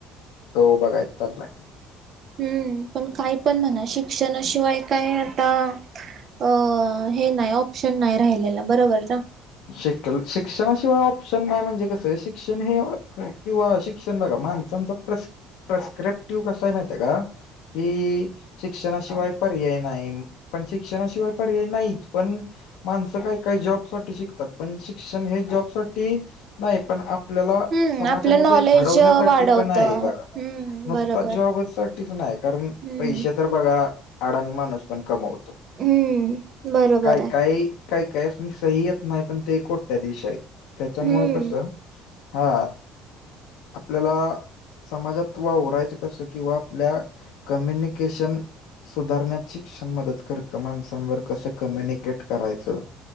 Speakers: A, on the left; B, on the right.
A: तो बघाय चाललाय.
B: हम्म पण काय पण म्हणा शिक्षणाशिवाय काय आता. अ हे नाही ऑप्शन नाही राहिलेला बरोबर ना.
A: शल शिक्षणाशिवाय ऑप्शन नाही म्हणजे कस आहे शिक्षण हे किंवा शिक्षण बघा मान. प्र प्रस्क्रिप्टिव कसा माहिती आहे का की. शिक्षणाशिवाय पर्याय नाही पण शिक्षणाशिवाय पर्याय नाहीच पण माणसं काय. काही जॉब साठी शिकतात पण शिक्षण हे जॉब साठी नाही पण आपल्याला.
B: हम्म
A: समाजामध्ये
B: आपलं नॉलेज
A: घडवण्यासाठी
B: वाढवत
A: पण आहे
B: हम्म
A: बघा नुसता
B: बरोबर
A: जॉब साठीच नाही कारण.
B: हम्म
A: पैसे तर बघा. अडाणी माणूस पण कमवतो
B: हम्म बरोबर
A: काय
B: आहे
A: काही काय काय. सह्यत नाही पण ते कोट्याधीश आहेत त्याच्या मूळ
B: हम्म
A: कसं. हा आपल्याला. समाजात वावरायचं कसं किंवा आपल्या कम्युनिकेशन. सुधारण्यात शिक्षण मदत करतं माणसांवर कसं कम्युनिकेट करायचं.